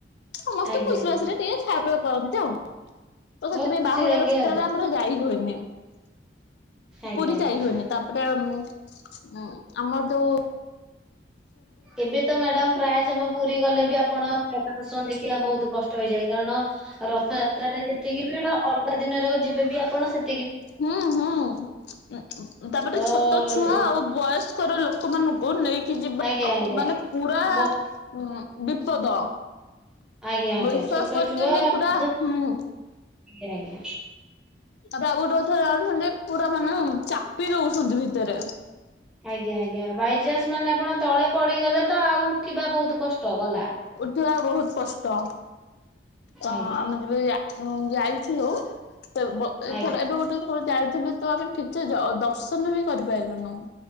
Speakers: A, on the left (about 65°); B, in the centre.
A: ସମସ୍ତେ
B: ଆଜ୍ଞା
A: ଖୁସି
B: ଆଜ୍ଞା
A: ବାସିରେ ଟିକେ ଖାଅ ପିଅ କରନ୍ତି ଆଉ। ତ
B: ବହୁତ
A: ସେଥିପାଇଁ
B: ଖୁସି
A: ବାହୁଡ଼ା
B: ଲାଗେ ଆଉ
A: ଆମର ଯାଇ ହୁଏନି।
B: ଆଜ୍ଞା
A: ପୁରୀ ଯାଇ
B: ଆଜ୍ଞା
A: ହୁଏନି। ତା'ପରେ ଆମର୍ ଯଉ
B: ଏବେ ତ ମ୍ୟାଡାମ୍ ପ୍ରାୟ ସମୟ ପୁରୀ ଗଲେ ବି ଆପଣ। ଜଗା ଦର୍ଶନ ଦେଖିବା ବହୁତୁ କ ଷ୍ଟ ହେଇଯାଏ। କାରଣ ରଥଯାତ୍ରରେ ଯେତିକି ଭିଡ଼ ଅଲଗା ଦିନରେ ଯିବେ ବି ଆପଣ ସେ
A: ହୁଁ ହୁଁ ତା'ପରେ
B: ତ
A: ଛୋଟ ଛୁଆ
B: ଏ-
A: ଆଉ ବୟେସ୍‌ ର ଲୋକମାନଙ୍କୁ ନେଇକି ଯିବା।
B: ଆଜ୍ଞା ଆଜ୍ଞା
A: ମାନେ
B: ଆଜ୍ଞା
A: ପୁରା
B: ବହୁତ
A: ଉଁ ବିପଦ।
B: ଆଜ୍ଞା ଆଜ୍ଞା
A: ବିଶ୍ୱାସ
B: ଛୋଟ
A: କରିବେନି
B: ଛୁଆ
A: ପୁରା
B: ବୃଦ୍ଧ
A: ହୁଁ!
B: ଆଜ୍ଞା ଆଜ୍ଞା
A: ତା'ପରେ ଆଉ ଗୋଟେ କଥା ଜାଣିଛନ୍ତି? ପୁରା ମାନେ ଚାପି ଦଉଛନ୍ତି ଭିତେରେ।
B: ଆଜ୍ଞା ଆଜ୍ଞା ବାଇଚାନ୍ସ ମାନେ ଆପଣ ତଳେ ପଡିଗଲେ, ତ ଆଉ ଉଠିବା ବହୁତୁ କଷ୍ଟ ଗଲା
A: ଉଠିବା ବହୁତ୍ କଷ୍ଟ। ତ
B: ଆଜ୍ଞା
A: ଆମେ ଯେବେ ଯା ହୁଁ! ଯାଇଥିଲୁ ବ୍ ଏଥର
B: ଆଜ୍ଞା
A: ଏବେ ଗୋଟେ ଥର ଯାଇ ଥିଲୁ ତ ଆମେ ଠିକ୍ ସେ ଜ ଦର୍ଶନ ବି କରିପାଇ ଲୁନୁ।